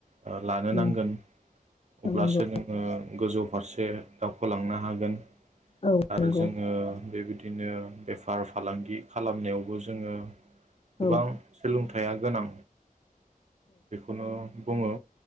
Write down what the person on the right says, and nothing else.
ओ लानो
नांगोन
अब्लासो
नोङो गोजौ फारसे दावखोलांनो हागोन।
आरो
जोङो बेबायदि बिदिनो बेफार फालांगि खालामनायावबो जोङो
गोबां सोलोंथाइ थाइआ गोनां। बेखौनो बुङो।